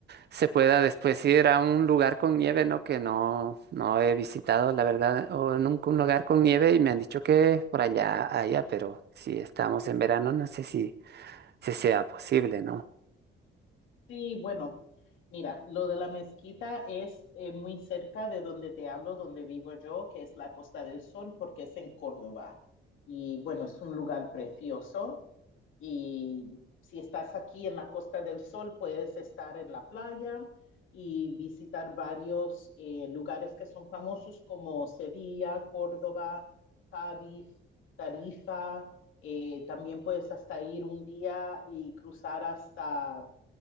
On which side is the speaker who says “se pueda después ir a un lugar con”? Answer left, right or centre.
Right